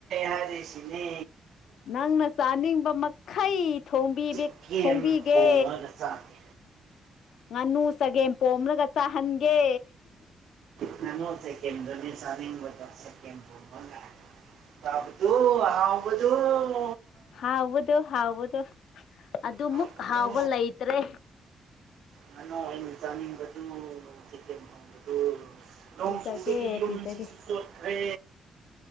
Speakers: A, on the right (about 70°); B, on the left (about 65°).
A: ꯍꯥꯏꯔꯤꯁꯤꯅꯤ
B: ꯅꯪꯅ ꯆꯥꯅꯤꯡꯕ ꯃꯈꯩ ꯊꯣꯡꯕꯤꯕꯤꯛ
A: ꯆꯒꯦꯝ
B: ꯊꯣꯡꯕꯤꯒꯦ
A: ꯊꯣꯡꯉꯒ ꯆꯥꯒꯦ
B: ꯉꯥꯅꯨ ꯆꯒꯦꯝ ꯄꯣꯝꯔꯒ ꯆꯥꯍꯟꯒꯦ
A: ꯉꯥꯅꯨ ꯆꯥꯒꯦꯝꯗꯨꯅꯤ ꯆꯥꯅꯤꯡꯕꯗꯣ ꯆꯥꯒꯦꯝꯄꯣꯝꯕ ꯒꯥꯏꯅ ꯍꯥꯎꯕꯗꯣ ꯍꯥꯎꯕꯗꯣ
B: ꯍꯥꯎꯕꯗꯣ ꯍꯥꯎꯕꯗꯣ ꯑꯗꯨꯃꯨꯛ
A: ꯍꯥꯎꯕꯗꯨ
B: ꯍꯥꯎꯕ ꯂꯩꯩꯇ꯭ꯔꯦ
A: ꯅꯅꯥꯎ ꯑꯩꯅ ꯆꯥꯅꯤꯡꯕꯗꯨ ꯆꯥꯒꯦꯝꯄꯣꯝꯕꯗꯨ ꯅꯣꯡꯆꯨꯕꯒꯤ
B: ꯄꯤꯖꯒꯦ
A: ꯌꯨꯝꯁꯤꯁꯨ
B: ꯄꯤꯖꯒꯦ
A: ꯆꯣꯠꯈ꯭ꯔꯦ